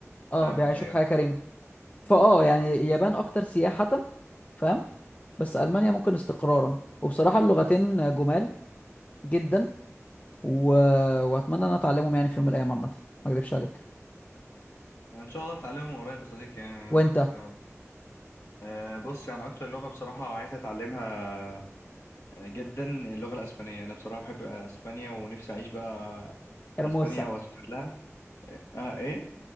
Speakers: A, on the left; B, on the left.
A: اه
B: فاهمك
A: بيعيشوك
B: ايوه
A: حياه كريمه فاه
B: مم.
A: يعني اليابان اكتر سياحة فاهم بس المانيا ممكن استقرارا وبصراحة اللغتين جمال جدا و... واتمنى ان أنا اتعلمهم يعني في يوم من الايام عامة ما اكذبش عليك
B: يعني ان شاء الله اتعلمهم قريب يا صديقي يعني
A: وانت
B: يا رب أه بص يعني اكتر لغه بصراحه عايز اتعلمها آه، جدا اللغه الاسبانيه انا بصراحه بحب اسبانيا ونفسي اعيش بقى في
A: ارموسا
B: اسبانيا واسافر لها اه آه، ايه